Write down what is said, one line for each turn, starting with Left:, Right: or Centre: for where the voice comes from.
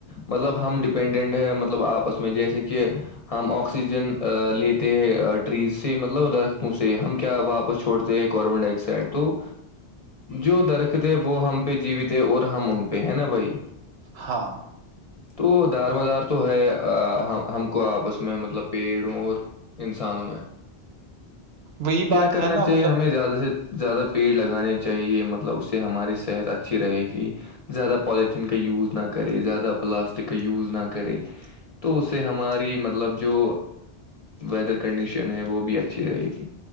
Left: مطلب ہم ڈپینڈنٹ ہیں مطلب آپس میں جیسے کہ ہم آکسیجن لیتے ہیں ٹریز سے مطلب درختوں سے ہم کیا واپ وہ چھوڑتے ہیں کاربن ڈائی آکسائڈ تو جو درخت ہے وہ ہم پہ جیوت ہے اور ہم ان پہ ہے نا بھائی
Right: ہاں
Left: تو دار مدار تو ہے ہم کو آپس میں مطلب پیڑوں اور انسانوں میں
Right: وہی بات
Left: کر
Right: ہے نا مطلب
Left: چاہے ہمیں زیادہ سے زیادہ پیڑ لگانے چاہیے مطلب اس سے ہماری صحت اچھی رہے گی زیادہ پالیتھین کا یوز نہ کرے زیادہ پلاسٹک کا یوز نہ کرے تو اسے ہماری مطلب جو ویدر کنڈیشن ہے وہ بھی اچھی رہے گی